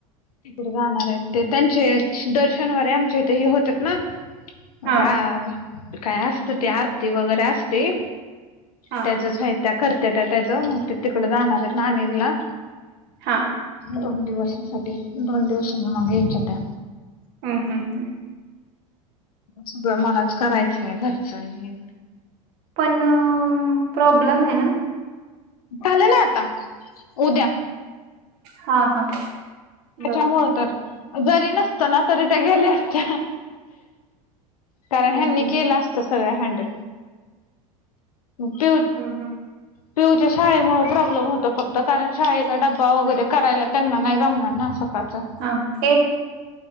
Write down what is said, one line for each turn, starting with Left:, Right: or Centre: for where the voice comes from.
Left: तिकडे जाणारायत ते, त्यांचे दर शनीवारे आमच्या इथे हे होत्यात ना. म्हणजे
Right: हा
Left: आ काय असतं ते आरती वगैरे असते.
Right: हा
Left: त्याचच हाय त्या करत्या त्या त्याचं मंग ते तिकड जाणारायत. नानिज ला
Right: हा
Left: दोन दिवसासाठी, दोन दिवसनी मग यायच्या त्या.
Right: हम्म हम्म हम्म.
Left: सगळं मलाच करायचंय घरचं अन् हे.
Right: पण प्रॉब्लेम आहे ना.
Left: झालं ना आता उद्या.
Right: हा, हा.
Left: त्याच्यामुळं
Right: बरोबर
Left: तर, जरी नसताना तरी त्या गेल्या असत्या. कारण
Right: हम्म
Left: ह्यांनी केलं असतं सगळ हँडल, त्यो
Right: हम्म हम्म.
Left: पिऊच्या शाळेमुळं प्रॉब्लेम होतो फक्त, कारण शाळेचा डब्बा वगैरे करायला त्यांना नाय जमणार ना. सकाळचं
Right: हा ते